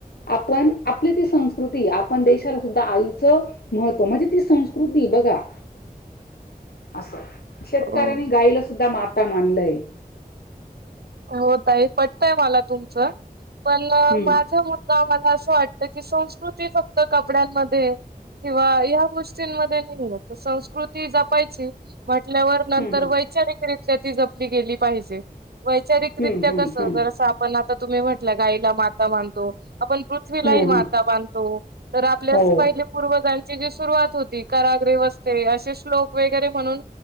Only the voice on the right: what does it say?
हो.
होतई पटतय मला तुमचं पण
माझा मुद्दा असं वाटत की संस्कृती फक्त कपड्यांमध्ये किंवा या गोष्टींमध्ये नाही संस्कृती जपायची म्हटल्यावर नंतर
वैचारिकरित्या ती जपली गेली पाहिजे वैचारिकरित्या
कस
जरस आपण आता तुम्ही म्हटलं गाईला माता मानतो आपण पृथ्वीलाही
माता
मानतो तर आपल्यास
पहिले पूर्वजण ची जी सुरुवात होती कराग्रे वस्ते असे श्लोक जे वगैरे म्हणून